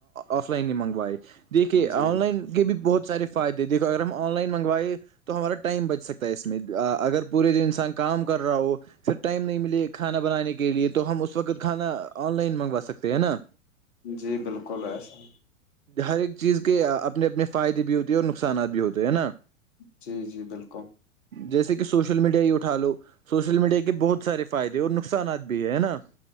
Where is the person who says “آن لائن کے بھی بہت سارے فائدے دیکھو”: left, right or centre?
Right